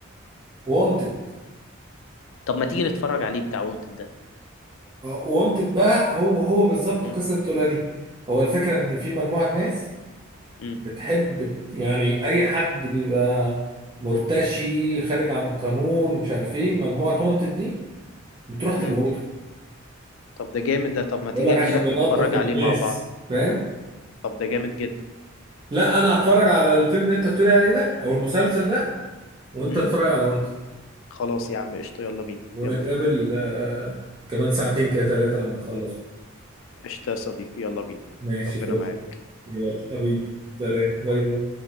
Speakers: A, on the right; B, on the left.
A: وونتد
B: طب ما تيجي نتفرج عليه بتاع وانتد ده
A: وونتد بقى هو هو بالظبط
B: مم.
A: قصه الطفوله دي هو الفكره ان في مجموعه ناس
B: مم.
A: بتحب ت- يعني اي حد بيبقى مرتشي خارج عن القانون مش عارف ايه مجموعه تونتد دي بتروح تموته
B: مم. طب ده جامد ده طب
A: بيقول
B: ما تيجي
A: لك
B: اجيلك
A: عشان ننضف
B: نتفرج
A: الناس
B: عليه مع بعض
A: فاهم
B: طب ده جامد جدا
A: لا انا هتفرج على الفيلم اللي انت بتقولي عليه ده او المسلسل ده وانت
B: مم.
A: تتفرج على وانتد
B: خلاص يا عم قشطة يلا بينا
A: ونتقابل
B: يلا بينا
A: آه، كمان ساعتين كده ثلاثه لما اخلص
B: قشطة يا صديقي يلا بينا
A: ماشي
B: ربنا
A: فل
B: معاك
A: يلا حبيبي سلام باي
B: باي.
A: باي